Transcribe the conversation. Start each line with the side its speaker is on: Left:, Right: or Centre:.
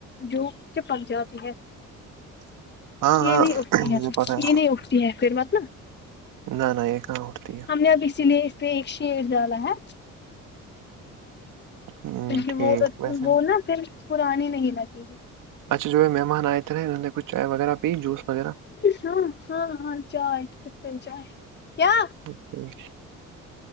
Left: جو چپک جات
Right: ہاں ہاں
Left: یہ نہیں اٹھتی ہے
Right: مجھے
Left: س
Right: پتا ہے
Left: یہ نہیں اٹھتی ہے پھر بات نا
Right: نہ نہ یہ کہاں اٹھتی ہے
Left: ہم نے اب اسی لیے اس لیے ایک شر ڈا ہے
Right: ہ
Left: کیونکہ
Right: ٹھیک
Left: وہ
Right: ویسے
Left: وہ نا پھر پرانی نہیں لگے گی
Right: اچھا جو ہے مہمان آئے تھے انہ نے کچھ چائے وغیرہ پی جوس وغیرہ
Left: ہاں ہاں ہاں چائے تپتل چائے کیا
Right: <unintelligible>